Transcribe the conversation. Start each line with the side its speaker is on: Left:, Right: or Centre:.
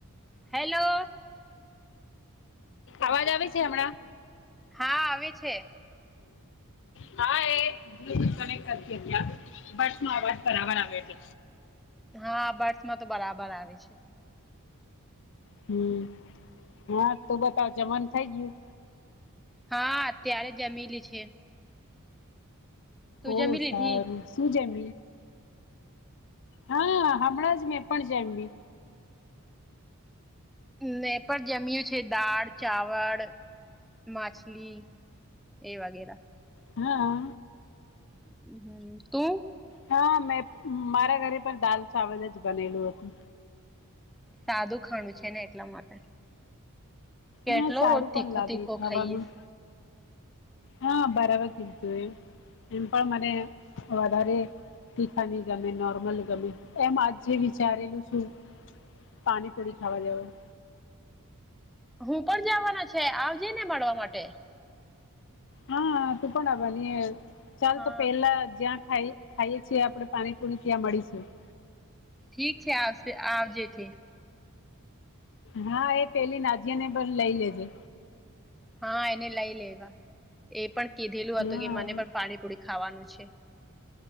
Centre: હેલો
Left: અવાજ આવે છે હમણાં.?
Centre: હા આવે છે.
Left: હા એ જ ક કરતી્યા બસ નો અવાજ બરાબર આવ્યો છે.
Centre: હા બસમાં તો બરાબર આવે છે.
Left: હમ હા તું બતાવ જમન થઈ ગયું.?
Centre: હા અત્યારે જમેલી છે. તું
Left: ઓહ
Centre: જમી લીધી
Left: સારું શું જેમ. હા હમણાં જ મેં પણ જેમી.
Centre: મે એ પણ જમય્યું છે દાળ, ચાવળ, માછલી. બે વાગે-,
Left: હા.
Centre: હમ તું.?
Left: હા મેં મારા ઘરે પણ દાલ ચાવલ જ બનેલું હતું.
Centre: સાદું ખાણું છે ને એટલા માટે કેટલો
Left: હા સારું
Centre: રોજ તીખો
Left: પણ લાગે
Centre: તીખો
Left: ખાવાનું
Centre: ખાઈએ.
Left: હા બરાબર કીધધું એમ એમ પણ મને વધારે તીખા ની ગમે નોર્મલ ગમે એમ આજે વિચારેલું છું. પાણી પુડી ખાવા જાવનુ.
Centre: હું પણ જવાના છે આવજે ને મળવા માટે.
Left: હા તું પણ હાવાની ચાલ
Centre: હા
Left: તો પેલા જ્યાં ખાઈ. ખાઈએ છીએ આપડણે પાણીપુણી ત્યાં મળીશું.
Centre: ઠી છે આવશે આ આવ જે‌થી.
Left: હા એ પેલી નાજિયા ને પણ લઈ લેજે.
Centre: હા એને લઈ લેવા એ પણ કીધેલું
Left: હા
Centre: હતું કે મને પણ પાણીપુરી ખાવાનું છે.